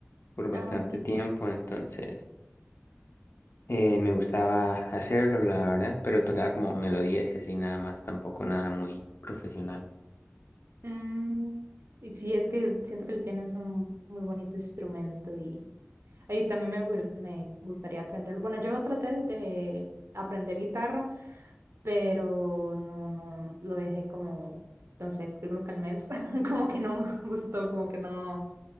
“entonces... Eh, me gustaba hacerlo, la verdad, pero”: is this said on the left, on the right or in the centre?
Left